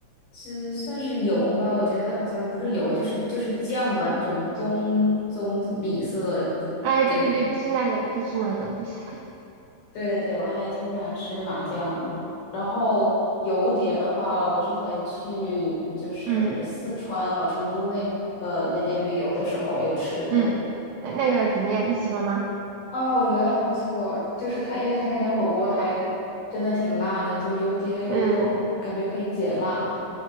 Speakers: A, on the left; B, on the right.
A: 是算是油吧，我觉得好像不是油，就是就是酱吧，那种棕棕米色。
B: 哎，
A: 对
B: 对对对，就是那个，就是那个，就是，
A: 对对对，我还挺喜欢吃麻酱的。然后油碟的话，我之前去就是四川还有成都那呃那边旅游的时候有吃过
B: 嗯嗯，那那个怎么样？你喜欢吗？
A: 啊，我觉得还不错。就是它，因为它那边火锅还真的挺辣的，就油碟有一种感觉可以解辣。
B: 嗯，